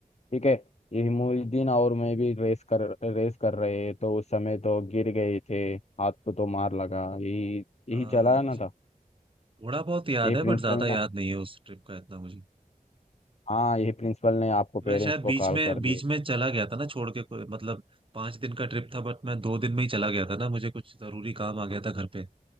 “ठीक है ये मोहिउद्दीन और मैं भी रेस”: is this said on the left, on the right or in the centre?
Left